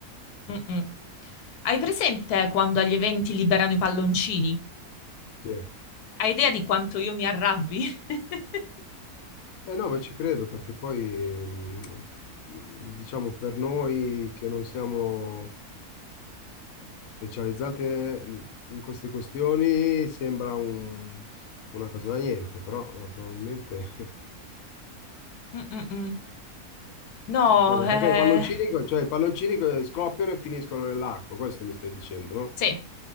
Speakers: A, on the left; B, on the left.
A: Mm-mm. Hai presente quando agli eventi liberano i palloncini?
B: sì.
A: Hai idea di quanto io mi arrabbi? <laughs>
B: Eh no, ma ci credo perché poi, mm, mm, diciamo, per noi che non siamo specializzate mm, in queste questioni sembra un- una cosa da niente, però eh, probabilmente <laughs>
A: Mm-mm-mm. No,
B: ci credo. Ma
A: eh...
B: Perché i palloncini, cioè, i palloncini che scoppiano e finiscono nell'acqua, questo mi stai dicendo, no?
A: Sì,